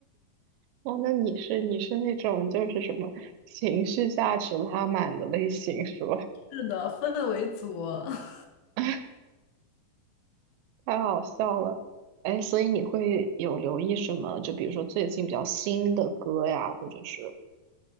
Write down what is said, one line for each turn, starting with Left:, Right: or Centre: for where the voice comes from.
Right: 哦，那你是你是那种就是什么情绪价值拉满的类型是吧？
Left: <laughs> 是的，氛围组。<laughs>
Right: <laughs> 太好笑了，哎，所以你会有留意什么？就比如说最近比较新的歌呀，或者是